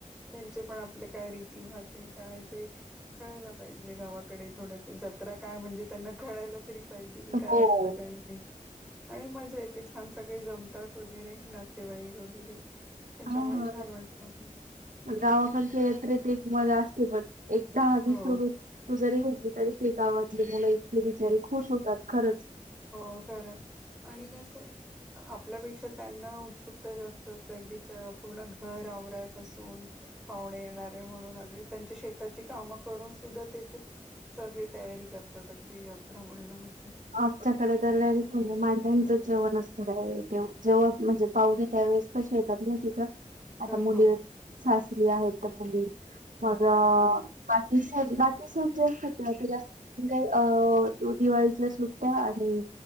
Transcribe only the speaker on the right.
हो
हा
गावाकडच्या यात्रेतेत एक मजा असते पण एकदा वीस
रुपये तू जरी घेतली तरी ते गावातले मुण इतके बिचारीे खुश होतात खरंच
आमच्याकडे तर डायरेक्ट म्हणजे मांड्यांचं जेवण असणार आहे ते जेव्हा म्हणजे पाहुली त्यावेळेस त येतात नाही तिथं आता
मुली
सासरी आहेत तर मुली माझं
बाकी सण जे असतात त्या जात काही अ दिवाळीच्या सुट्या आणि